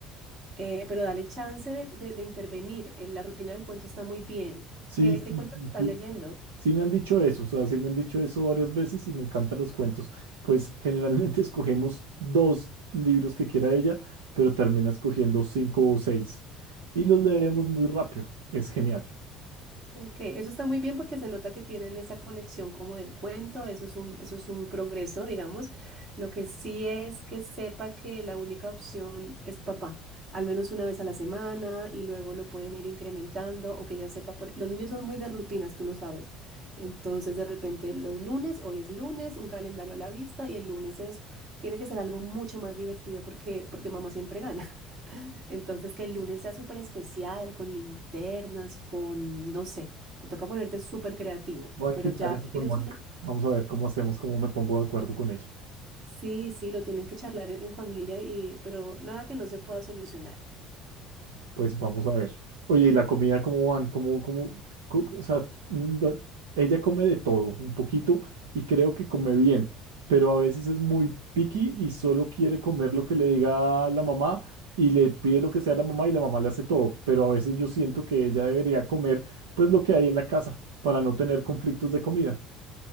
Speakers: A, on the right; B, on the right.
A: eh, pero dale chance de, de- de intervenir. Eh, La rutina del cuento está muy bien.
B: Sí,
A: ¿Qué,
B: sí,
A: qué cuentos
B: sí,
A: estás
B: sí.
A: leyendo?
B: Sí me han dicho eso, o sea, sí me han dicho eso varias veces y me encantan los cuentos. Pues generalmente <laughs> escogemos dos libros que quiera ella, pero termina escogiendo cinco o seis y los leemos muy rápido. Es genial.
A: Ok, eso está muy bien porque se nota que tienen esa conexión como del cuento, eso es un, eso es un progreso, digamos. Lo que sí es que sepa que la única opción es papá, al menos una vez a la semana y luego lo pueden ir incrementando o que ya sepa. Por... Los niños son muy de rutinas, tú lo sabes. Entonces, de repente, los lunes, hoy es lunes, un calendario a la vista y el lunes es, tiene que ser algo mucho más divertido porque, porque mamá siempre gana. Entonces, que el lunes sea súper especial, con linternas, con, no sé, te toca ponerte súper creativo,
B: Voy
A: pero
B: a intentar
A: ya,
B: eso
A: ya
B: con
A: tienes
B: Mónica.
A: un...
B: Vamos a ver cómo hacemos, cómo me pongo de acuerdo con ella.
A: Sí, sí, lo tienen que charlar en, en familia y, pero nada que no se pueda solucionar.
B: Pues vamos a ver. Oye, ¿y la comida cómo van? ¿Cómo, cómo, co- o sea, mm, do- ella come de todo, un poquito, y creo que come bien, pero a veces es muy picky y solo quiere comer lo que le diga la mamá y le pide lo que sea a la mamá y la mamá le hace todo, pero a veces yo siento que ella debería comer pues lo que hay en la casa para no tener conflictos de comida.